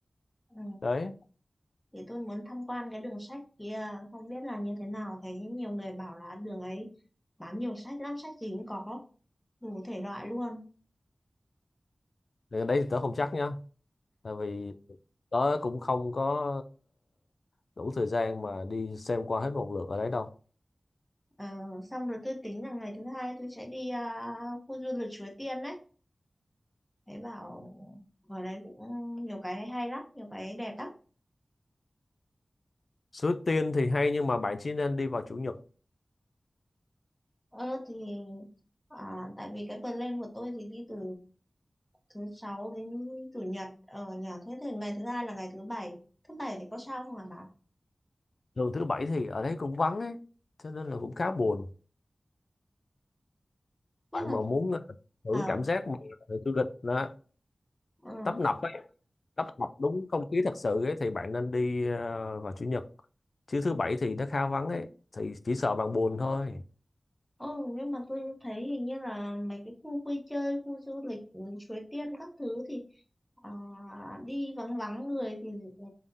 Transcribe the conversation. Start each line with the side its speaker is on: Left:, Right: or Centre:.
Centre: Ừ.
Left: đấy
Centre: thì tôi muốn tham quan cái đường sách kia không biết là như thế nào thấy nhiều người bảo là đường ấy bán nhiều sách lắm sách gì cũng có đủ thể loại luôn
Left: Thì đấy thì tớ không chắc nha tại vì tớ cũng không có ờ, đủ thời gian mà đi xem qua hết một lượt ở đấy đâu
Centre: Ờ, xong rồi tôi tính là ngày thứ hai tôi sẽ đi à, khu du lịch Suối Tiên đấy thấy bảo ở đấy cũng nhiều cái hay hay lắm nhiều cái đẹp lắm
Left: Suối Tiên thì hay nhưng mà bạn chỉ nên đi vào chủ nhật
Centre: ờ thì à, tại vì cái plan của tôi thì đi từ thứ sáu đến chủ nhật ở nhà thế thì ngày thứ hai là ngày thứ bảy thứ bảy thì có sao không hả bà
Left: thường thứ bảy thì ở đấy cũng vắng ấy cho nên là cũng khá buồn bạn
Centre: nhưng mà
Left: mà muốn ờ, hưởng
Centre: ờ
Left: cảm giác mà du lịch nó
Centre: ừ.
Left: tấp nập ấy, tấp nập đúng không khí thật sự ấy thì bạn nên đi ờ, vào chủ nhật chứ thứ bảy thì nó khá vắng ấy thì chỉ sợ bạn buồn thôi
Centre: Ồ, nhưng mà tôi thấy hình như là mấy cái khu vui chơi, khu du lịch, ừ, Suối Tiên các thứ thì à, đi vắng vắng người thì ừ,